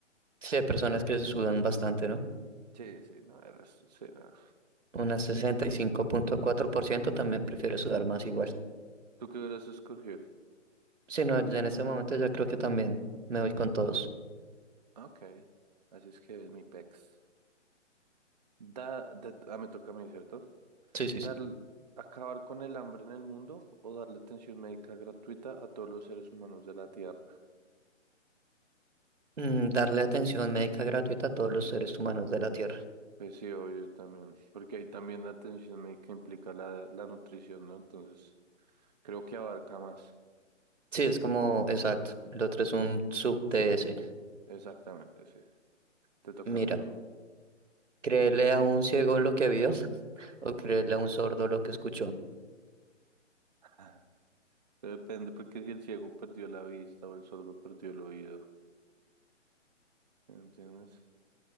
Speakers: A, on the right; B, on the right.
A: Sí, hay personas que sudan bastante, ¿no?
B: Sí, sí, no, era, sí, no.
A: Unas sesenta y cinco punto cuatro por ciento también prefiere sudar más igual.
B: ¿Tú qué hubieras escogido?
A: Sí, no, ya en este momento ya creo que también me voy con todos.
B: Ok, así es que es mi pex. Da, da- ah, me toca a mí, ¿cierto?
A: Sí, sí,
B: Dar,
A: sí.
B: acabar con el hambre en el mundo o darle atención médica gratuita a todos los seres humanos de la Tierra.
A: Mm, darle atención médica gratuita a todos los seres humanos de la Tierra.
B: Pues sí, obvio también, porque ahí también la atención médica implica la, la nutrición, ¿no? Entonces, creo que abarca más.
A: Sí, es como, exacto. El otro es un sub de ese.
B: Exactamente, sí. Te toca
A: Mira,
B: a mi bro.
A: créele a un ciego lo que vio <laughs> o créele a un sordo lo que escuchó.
B: <laughs> Depende, porque si el ciego perdió la vista o el sordo perdió el oído, ¿sí ¿me entiendes?